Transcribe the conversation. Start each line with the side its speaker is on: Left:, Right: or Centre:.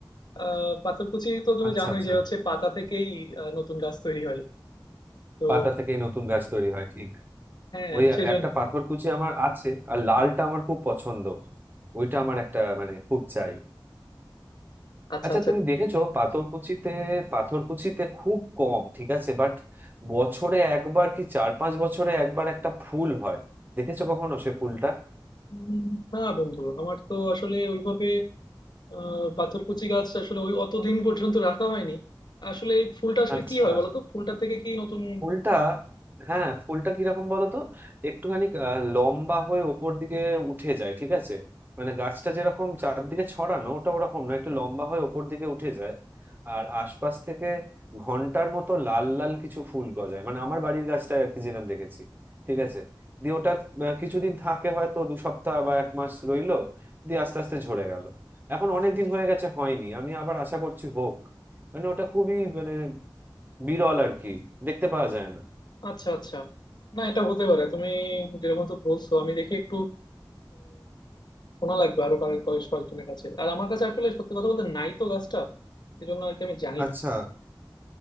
Left: আহ পাথরকুচি তো তুমি
Right: আচ্ছা
Left: জানোই
Right: আচ্ছা
Left: যে হচ্ছে পাতা থেকেই আহ, নতুন গাছ তৈরি হয় তো
Right: পাতা থেকেই নতুন গাছ তৈরি হয় ঠিক
Left: হ্যাঁ
Right: ওই
Left: সেজন্য
Right: একটা পাথরকুচি আমার আছে আর লালটা আমার খুব পছন্দ ওইটা আমার একটা মানে খুব চাই
Left: আচ্ছা
Right: আচ্ছা
Left: আচ্ছা
Right: তুমি দেখেছো পাথরকুচিতে পাথরকুচিতে খুব কম ঠিক আছে বাট বছরে একবার কি চার পাঁচ বছরে একবার একটা ফুল হয় দেখেছো কখনো সে ফুলটা
Left: উম, না বন্ধু আমার তো আসলে ওইভাবে আহ পাথরকুচি গাছ আসলে ওই অতদিন পর্যন্ত রাখা হয়নি আসলে এই ফুলটা আসলে
Right: আচ্ছা
Left: কি হয় বলো তো ফুলটা থেকে কি নতুন
Right: ফুলটা হ্যাঁ ফুলটা কিরকম বলতো একটুখানি আহ, লম্বা হয়ে ওপর দিকে উঠে যায় ঠিক আছে মানে গাছটা যেরকম চারদিকে ছড়ানো ওটা ওরকম না একটু লম্বা হয়ে ওপর দিকে উঠে যায় আর আশপাশ থেকে ঘন্টার মতো লাল লাল কিছু ফুল গজায় মানে আমার বাড়ির গাছটা আর কি যেরকম দেখেছি ঠিক আছে দিয়ে ওটা আহ, কিছুদিন থাকে হয়তো দু সপ্তাহ বা এক মাস রইলো দিয়ে আস্তে আস্তে ঝরে গেল এখন অনেক দিন হয়ে গেছে হয়নি আমি আবার আশা করছি হোক মানে ওটা খুবই মানে বিরল আর কি দেখতে পাওয়া যায় না
Left: আচ্ছা আচ্ছা না এটা হতে পারে তুমি যেরকম তো বলছো আমি দেখি একটু শোনা লাগবে আরো কারো কয়েক কয়েকজনের কাছে আর আমার কাছে আসলে সত্যি কথা বলতে নাই তো গাছটা এই জন্য আর কি আমি জানি
Right: আচ্ছা
Left: না